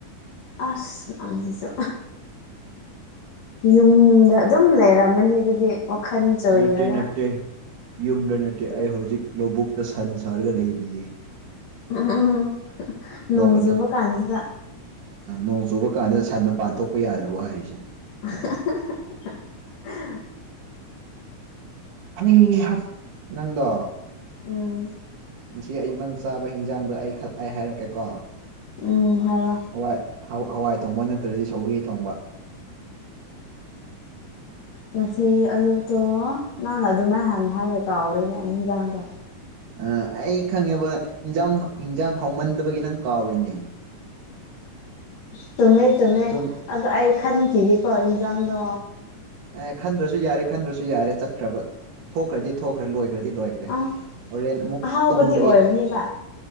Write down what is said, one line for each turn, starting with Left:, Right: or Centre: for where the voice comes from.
Left: ꯑꯁ ꯅꯪꯁꯤꯁꯨ ꯌꯨꯝꯗ ꯑꯗꯨꯝ ꯂꯩꯔꯝꯃꯅꯤ ꯑꯗꯨꯗꯤ ꯋꯥꯈꯜ ꯆꯣꯏꯔꯒ
Right: ꯅꯠꯇꯦ ꯅꯠꯇꯦ ꯌꯨꯝꯗ ꯅꯠꯇꯦ ꯑꯩ ꯍꯧꯖꯤꯛ ꯂꯧꯕꯨꯛꯇꯥ ꯁꯟ ꯁꯥꯔꯒ ꯂꯩꯔꯤꯌꯦ
Left: <unintelligible> ꯅꯣꯡ
Right: ꯅꯣꯛꯀꯅꯨ
Left: ꯆꯨꯕ ꯀꯥꯟꯖꯤꯗꯥ
Right: ꯅꯣꯡ ꯆꯨꯕ ꯀꯥꯟꯗ ꯁꯟ ꯃꯄꯥꯟ ꯊꯣꯛꯄ ꯌꯥꯗ꯭ꯔꯕꯣ ꯍꯥꯏꯁꯦ
Left: <unintelligible>
Right: ꯍꯩ ꯍꯥꯥ ꯅꯪꯗꯣ
Left: ꯎꯝ
Right: ꯉꯁꯤ ꯑꯌꯨꯛ ꯅꯪ ꯆꯥꯕ ꯍꯤꯟꯖꯥꯡꯗꯣ ꯑꯩ ꯍꯥꯏꯔꯛꯀꯦꯀꯣ
Left: ꯎꯝ ꯍꯥꯏꯔꯣ
Right: ꯍꯋꯥꯏ ꯍꯧ ꯍꯋꯥꯏ ꯊꯣꯡꯕ ꯅꯠꯇ꯭ꯔꯗꯤ ꯁꯧꯒ꯭ꯔꯤ ꯊꯣꯡꯕ <inaudible>
Left: ꯉꯁꯤ ꯑꯌꯨꯛꯇꯣ ꯅꯪꯅ ꯑꯗꯨꯝꯃꯥꯏ ꯌꯥꯝ ꯍꯥꯏꯕꯒꯤ ꯀꯥꯎꯔꯤꯅꯦ ꯑꯩ ꯍꯤꯟꯖꯥꯡꯗꯣ
Right: ꯑꯥ ꯑꯩ ꯈꯪꯉꯦꯕ ꯏꯟꯖꯥꯡ ꯏꯟꯖꯥꯡ ꯍꯥꯎꯃꯟꯗꯕꯒꯤ ꯅꯪ ꯀꯥꯎꯔꯤꯅꯦ
Left: ꯆꯨꯝꯃꯦ ꯆꯨꯝꯃꯦ
Right: ꯁꯨꯝ
Left: ꯑꯗꯣ ꯑꯩ ꯈꯟꯈꯤꯒꯦꯀꯣ ꯏꯤꯟꯖꯥꯡꯗꯣ
Right: ꯑꯦ ꯈꯟꯗ꯭ꯔꯁꯨ ꯌꯥꯔꯦ ꯈꯟꯗ꯭ꯔꯁꯨ ꯌꯥꯔꯦ ꯆꯠꯈ꯭ꯔꯕ ꯊꯣꯛꯈ꯭ꯔꯗꯤ ꯊꯣꯛꯈ꯭ꯔꯦ ꯂꯣꯏꯈ꯭ꯔꯗꯤ ꯂꯣꯏꯈ꯭ꯔꯦ
Left: ꯑꯥ
Right: ꯈꯔꯦ ꯍꯣꯔꯦꯟ ꯑꯃꯨꯛ
Left: ꯑꯍꯥꯎꯕꯗꯤ
Right: ꯇꯨꯡꯒꯤ
Left: ꯑꯣꯏꯕꯅꯤꯗ